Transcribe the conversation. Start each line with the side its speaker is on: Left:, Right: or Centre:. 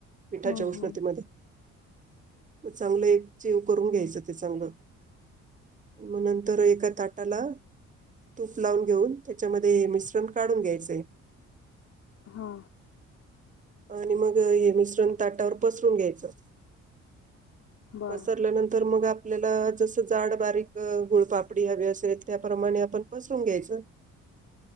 Right: पिठाच्या
Left: हम्म
Right: उष्णतेमध्ये.
Left: हम्म
Right: मग चांगलं एकजीव करून घ्यायचं ते चांगलं. मग नंतर एका ताटाला तूप लावून घेऊन त्याच्यामध्ये मिश्रण काढून घ्यायचंय.
Left: हा.
Right: आणि मग हे मिश्रण ताटावर पसरून घ्यायचं.
Left: बरं
Right: पसरल्यानंतर मग आप ल्याला जसं जाड बारीक गुळपापडी हवी असेल, त्याप्रमाणे आपण पसरून घ्यायचं.